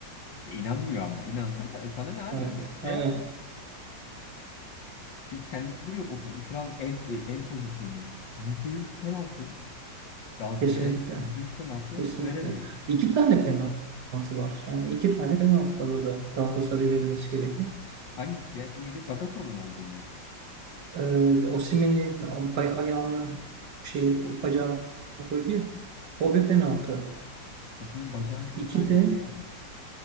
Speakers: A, on the left (about 70°); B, on the right (about 65°).
A: İşte inanmıyor ama. İnansana sana ne abi?
B: Evet.
A: Şey
B: Aynen.
A: yap. Hiç senlik bir durum yok. O trans, el, e, el pozisyonu. yüzde yüz penaltı. Galatasaray'a
B: Kesinlikle.
A: %100 penaltı
B: Kesinlikle.
A: veremiyor.
B: İki tane penaltı var. Yani iki tane penaltı var orada Galatasaray'a verilmesi gereken.
A: Hangisi ya? Diğeri Bagatov'un olduğu mu?
B: Ee, Osimhen'in bay- ayağını şey bacağına koydu ya. O bir penaltı.
A: Osimhen bacağını koydu
B: İki
A: hangisi
B: de
A: ya?